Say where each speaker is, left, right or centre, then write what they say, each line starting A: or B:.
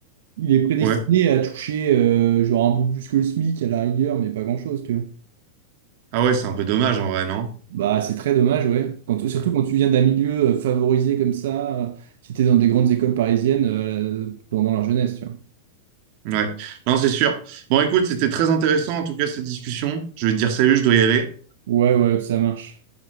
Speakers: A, on the right; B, on the right.
A: il est prédestiné
B: ouais.
A: à toucher euh, genre un peu plus que le SMIC à la rigueur, mais pas grand-chose, tu vois.
B: Ah ouais, c'est un peu dommage en vrai, non?
A: Bah, c'est très dommage, ouais. Quand, surtout
B: Ouais.
A: quand tu viens d'un milieu euh, favorisé comme ça, euh, qui était dans des grandes écoles parisiennes euh, pendant leur jeunesse, tu vois.
B: Ouais. Non, c'est sûr. Bon, écoute, c'était très intéressant en tout cas cette discussion. Je vais te dire salut, je dois y aller.
A: Ouais, ouais, ça marche.